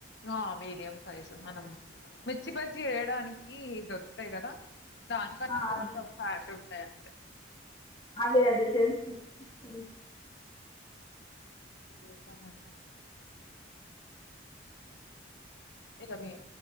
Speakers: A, on the left; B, on the left.
A: ఆ మీడియం సైజు మనం మిర్చి బజ్జి వేయడానికి దొరుకుతాయి కదా దానికన్నా
B: ఆ
A: కొంచెం
B: అదే
A: ఫ్యాట్ ఉంటాయి అనమా
B: అంటే అది తెలుసు తె
A: అది జసా మడిన ఇక మీ